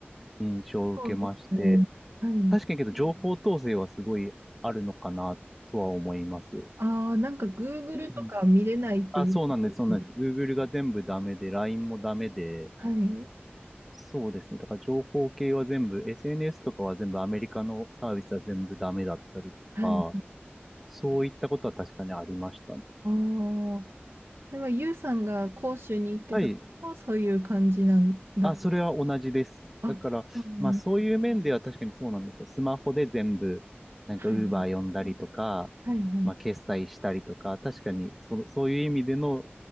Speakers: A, in the centre; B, on the right.
A: 印象を受けまして、
B: そうですね。はい。
A: 確かにけど情報統制はすごいあるのかなとは思います。
B: ああ、なんか Google
A: うん。
B: とか見れないって言ってましたね
A: あ、そうなんです、そうなんです。Google が全部ダメで、LINE もダメで、
B: はい。
A: そうですね。だから情報系は全部、SNS とかは全部アメリカのサービスは全部ダメだったりと
B: はい。
A: か、そういったことは確かにありましたね。
B: ああー、それはユウさんが広州に行ってたのもそういう感じなんだ。
A: はい、あ、それは同じです。
B: あ、
A: だから、
B: そうなんです。
A: まあそういう面では確かにそうなんですよ。スマホで全部、なんか
B: はい。
A: Uber 呼んだりとか、
B: はいはい。
A: まあ決済したりとか、確かにそ、そういう意味での